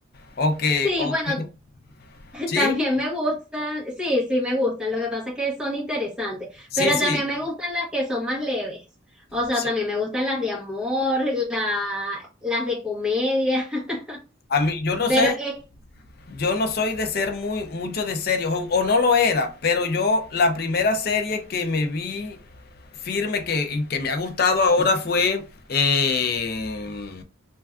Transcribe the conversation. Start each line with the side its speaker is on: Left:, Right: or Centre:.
Left: O que,
Centre: Sí,
Left: o
Centre: bueno,
Left: que, <laughs> ¿sí?
Centre: También me gustan, sí, sí me gustan, lo que pasa es que son interesantes,
Left: sí,
Centre: pero
Left: sí,
Centre: también me gustan las que son más leves, o sea,
Left: sí,
Centre: también me gustan las de amor, la, las de comedia, <laughs>
Left: A mí, yo no
Centre: pero
Left: sé,
Centre: es-
Left: yo no soy de ser muy, mucho de series, o, o no lo era, pero yo la primera serie que me vi firme que, y que me ha gustado ahora fue... eh,